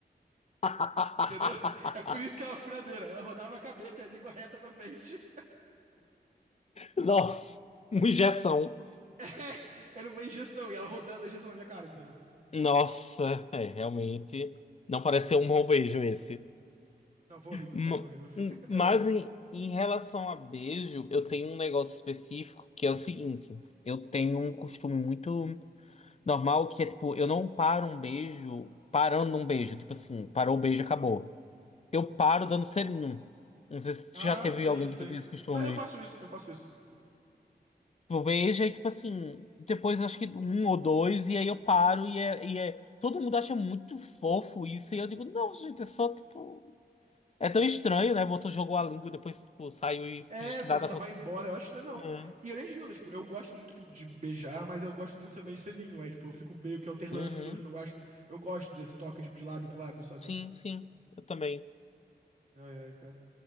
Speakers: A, on the left (about 40°); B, on the right (about 50°).
A: <laughs>
B: entendeu? <laughs> É por isso que ela é uma furadeira, ela rodava a cabeça e a língua reta pra frente.
A: Nossa, <laughs> uma injeção.
B: <laughs> Era uma injeção, e ela rodando a injeção na minha cara, entendeu?
A: Nossa, é, realmente. Não parece ser um bom beijo esse.
B: Não, foi horrível,
A: Ma-
B: cara, foi horrível. <laughs>
A: hum, Mas
B: É.
A: em, em relação a beijo, eu tenho um negócio específico que é o seguinte: eu tenho um costume muito normal que é tipo, eu não paro um beijo parando um beijo. Tipo assim, parou o beijo, acabou. Eu paro dando selinho. Não sei se
B: Ah,
A: já teve
B: sim,
A: alguém
B: sim.
A: que tu tem esse costume.
B: Não, eu faço isso, eu faço isso.
A: Tipo, Veja e, tipo assim, depois acho que um ou dois, e aí eu paro e é, e é. Todo mundo acha muito fofo isso, e eu digo, não, gente, é só tipo. É tão estranho, né? Botou, jogou a língua e depois, tipo, saiu e
B: É,
A: finge que
B: só,
A: nada
B: só
A: aconteceu.
B: vai embora, eu acho estranho, não.
A: Hum,
B: E eu nem diria, tipo, eu gosto muito de, de beijar, mas eu gosto muito também de selinho, aí, tipo, eu fico meio que alternando
A: Uhum.
B: entre os dois, tipo, eu acho, eu gosto desse toque de, de lábio com lábio, sabe?
A: Sim, sim, eu também.
B: Ai, ai, cara.